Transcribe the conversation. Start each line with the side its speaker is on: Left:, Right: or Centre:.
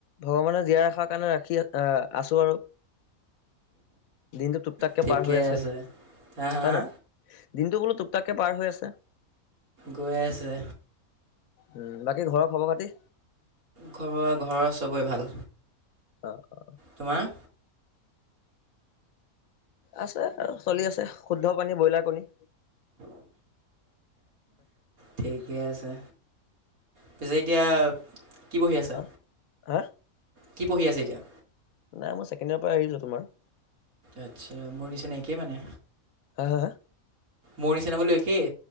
Left: ভগৱানে জীয়াই ৰখাৰ কাৰণে ৰাখি, আহ, আছো আৰু। দিনটো টোপ টাককে
Right: ঠিকেই
Left: পাৰ হৈ
Right: আছে, হা, হা,
Left: হয়
Right: হা।
Left: নহয় দিনটো বোলো টুক তাক কে পাৰ হৈ আছে।
Right: গৈ আছে।
Left: উম, বাকী ঘৰৰ খবৰ-খাতি।
Right: খবৰ ঘৰ চবৰে ভাল।
Left: অ', অ'।
Right: তোমাৰ।
Left: আছে আৰু চলি আছে, শুদ্ধ পানী ব্ৰইলাৰ কণী।
Right: ঠিকেই আছে। পিছে এতিয়া কি পঢ়ি আছা?
Left: অ হা।
Right: কি পঢ়ি আছে এতিয়া?
Left: নাই মই ছেণ্ডয়াৰ পৰা এৰিলোঁ তোমাৰ।
Right: আটচা মোৰ নিচিন একেই মানে।
Left: হা, হা।
Right: মোৰ নিচনা মানে একেই।